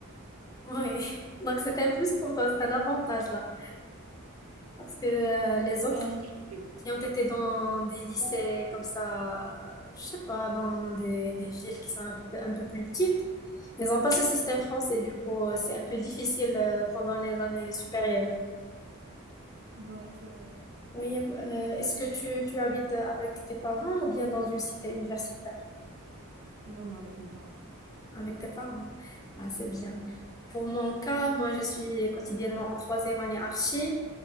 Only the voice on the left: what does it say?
Oui, donc c'est un plus pour toi, c'est un avantage là. Parce que euh, les
autres
qui ont été dans des lycées comme ça, euh, je sais pas, dans des, des villes qui sont un peu, un peu plus petites, ils n'ont pas ce système français, du coup euh, c'est un peu difficile euh, pendant les années supérieures.
Oui, euh, est-ce que tu, tu habites avec tes parents ou bien dans une cité universitaire?
Avec tes parents. Ah, c'est bien.
Pour mon cas, moi, je suis quotidiennement en troisième année archi.